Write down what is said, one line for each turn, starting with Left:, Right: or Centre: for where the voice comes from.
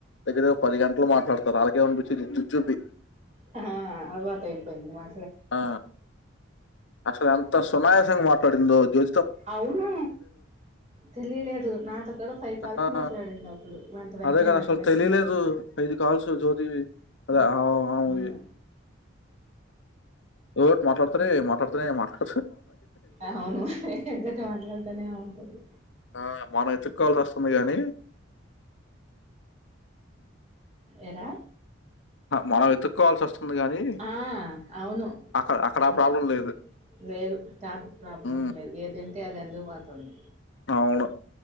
Left: దగ్గర ఒక పది గంటలు మాట్లాడతారు అళ్కే పంపించి జు జుబ్బి
Right: ఆ అల్వాత అయిపోయింది మా
Left: ఆ అసలు ఎంత సునాయసంగ మ పడిందో జో
Right: అవును తెలియలేదు నాతో కూడాడ ఫైవ్ కాల్స్
Left: ఆ
Right: మాట్లాడింది అప్పుడు వెంత వెంటనే
Left: అదే కదా
Right: వెంట
Left: అసలు
Right: వెంటనే
Left: తెలియలేదు ఐదు కాల్స్ జ్యోతివి. అదే ఆవ్ ఆమెవి
Right: అవును
Left: ఓట్ మాట్లాడతార మాట్లాడతార మాట్లా
Right: అవును ఎగటి మాట్లాడతానే అవుంటంది
Left: ఆ! మనం ఎతుక్కోవాల్సి వస్తుంది గానీ
Right: ఎరా
Left: మనం ఎతుక్కకోవాల్సి వస్తుంది గానీ
Right: ఆ అవును
Left: అక్కడ అక్కడ
Right: అసలు
Left: ఆ ప్రాబ్లం లేదు.
Right: లేదు టాపక్ ప్రాబ్లం
Left: హ్మ్.
Right: లేదు ఏదంటి తేదందు పోతుంది
Left: అవును.